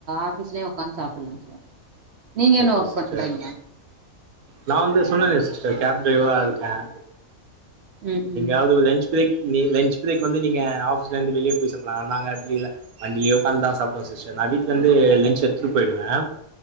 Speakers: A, on the right; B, on the right.
A: ஆபீஸ்லயும் உக்காந்து சாப்புலாம் சார் நீங்க என்ன
B: ஓகே
A: ஒர்க்
B: சிஸ்டர்
A: பண்றீங்க
B: நான் வந்து சொன்னனே சிஸ்டர் கேப் டிரைவரா இருக்கேன்
A: ம்
B: நீங்கயாவது
A: ம்
B: லஞ்ச பிரேக் நீ லன்ச் பிரேக் வந்து நீங்க ஆஃபீஸ்லேந்து வெளிய போய் சாப்லாம் நாங்க அப்டி இல்ல வண்டிலே உட்காந்துன் சாப்டுவோம் சிஸ்டர் நான் வீட்டுலேந்து லன்ச் எடுத்ட்டு போயிடுவேன்